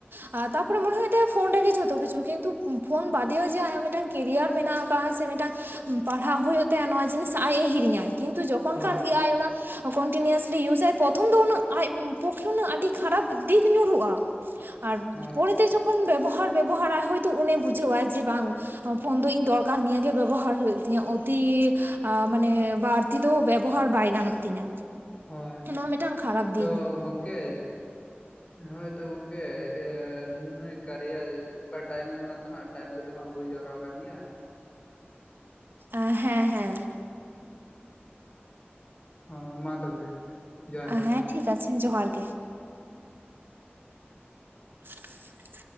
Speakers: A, on the right; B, on the left.
A: ᱟ ᱛᱟᱯᱚᱨᱮ ᱢᱚᱱᱮ ᱦᱩᱭᱩᱜ ᱛᱟᱭᱟ ᱯᱷᱳᱱ ᱨᱮᱜᱮ ᱡᱷᱚᱛᱚ ᱠᱤᱪᱷᱩ ᱠᱤᱱᱛᱩ ᱯᱷᱚᱱ ᱵᱟᱫᱮᱭᱚ ᱡᱮ ᱟᱭᱢᱟ ᱢᱤᱫᱴᱟᱝ ᱠᱮᱨᱤᱭᱟᱨ ᱢᱮᱱᱟᱜ ᱠᱟᱫᱼᱟ ᱥᱮ ᱢᱤᱫᱴᱟᱝ ᱯᱟᱲᱦᱟᱣ ᱦᱩᱭᱩᱜ ᱛᱟᱭᱟ ᱱᱚᱣᱟ ᱡᱤᱱᱤᱥ ᱟᱡ ᱮ ᱦᱤᱨᱤᱧᱟᱭ ᱠᱤᱱᱛᱩ ᱡᱚᱠ ᱠᱚᱱ
B: ᱦᱳᱭ
A: ᱠᱷᱟᱱ ᱜᱮ ᱟᱡ ᱚᱱᱟ ᱠᱚᱱᱴᱤᱱᱤᱭᱩᱥᱞᱤ ᱤᱭᱩᱥ ᱟᱭ ᱯᱚᱛᱷᱚᱢ ᱫᱚ ᱩᱱᱟᱹᱜ ᱟᱡ ᱯᱚᱠᱠᱷᱮ ᱩᱱᱟᱹᱜ ᱟᱹᱰᱤ ᱠᱷᱟᱨᱟᱯ ᱫᱤᱠ ᱧᱩᱨᱩᱜᱼᱟ᱾ ᱟᱨ
B: ᱦᱳᱭ
A: ᱯᱚᱨᱮᱛᱮ ᱡᱚᱠᱷᱚᱱ ᱵᱮᱵᱚᱦᱟᱨ ᱵᱮᱵᱚᱦᱟᱨᱟᱭ ᱦᱳᱭᱛᱳ ᱩᱱᱤ ᱵᱩᱡᱷᱟᱹᱣᱟᱭ ᱡᱮ ᱵᱟᱝ ᱯᱷᱳᱱ ᱫᱚ ᱤᱧ ᱫᱚᱨᱠᱟᱨ ᱱᱤᱭᱟᱹᱜ ᱜᱮ ᱵᱮᱵᱚᱦᱟᱨ ᱦᱩᱭᱩᱜ ᱛᱤᱧᱟᱹ ᱚᱛᱤ ᱟ ᱢᱟᱱᱮ ᱵᱟᱨ ᱛᱤ ᱫᱚ ᱵᱮᱵᱚᱦᱟᱨ ᱵᱟᱭ ᱜᱟᱱᱚᱜ ᱛᱤᱧᱟᱹ᱾
B: ᱦᱚᱭ
A: ᱱᱚᱣᱟ ᱢᱤᱫᱴᱟᱝ ᱠᱷᱟᱨᱟᱯ ᱫᱤᱠ
B: ᱛᱚ ᱜᱚᱝᱠᱮ ᱦᱳᱭᱛᱚ ᱜᱚᱝᱠᱮ ᱤᱭᱟᱹ ᱱᱩᱭ ᱠᱟᱨᱭᱟ ᱚᱠᱟ ᱴᱟᱭᱤᱢ ᱮ ᱮᱢᱟᱜ ᱞᱟᱝ ᱛᱟᱦᱮᱸᱱᱟ ᱴᱟᱭᱤᱢ ᱠᱚᱫᱚ ᱦᱟᱸᱜ ᱦᱩᱭ ᱡᱟᱣᱨᱟᱣ ᱟᱠᱟᱱ ᱜᱮᱭᱟ᱾
A: ᱟ ᱦᱮᱸ ᱦᱮᱸ᱾
B: ᱚ ᱢᱟ ᱛᱚᱵᱮ᱾ ᱡᱚᱦᱟᱨ ᱜᱮ
A: ᱦᱮᱸ ᱴᱷᱤᱠ ᱟᱪᱷᱮ ᱡᱚᱦᱟᱨ ᱜᱮ᱾ <unintelligible>